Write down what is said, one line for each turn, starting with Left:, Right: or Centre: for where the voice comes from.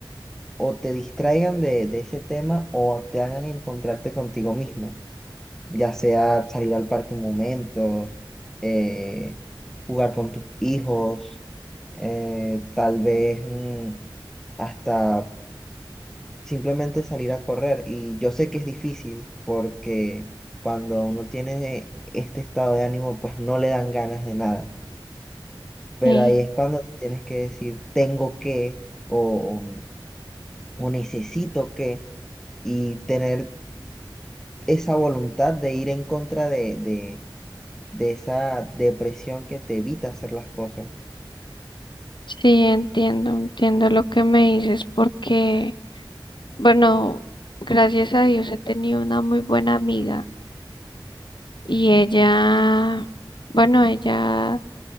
Centre: o te distraigan de, de ese tema o te hagan encontrarte contigo misma, ya sea salir al parque un momento, eh, jugar con tus hijos, eh, tal vez mm, hasta simplemente salir a correr. Y yo sé que es difícil porque cuando uno tiene este estado de ánimo, pues no le dan ganas de nada. Pero
Left: Sí,
Centre: ahí es cuando tú tienes que decir tengo que o, o necesito que y tener esa voluntad de ir en contra de, de, de esa depresión que te evita hacer las cosas.
Left: sí, entiendo, entiendo lo que me dices porque, bueno, gracias a Dios he tenido una muy buena amiga y ella, bueno, ella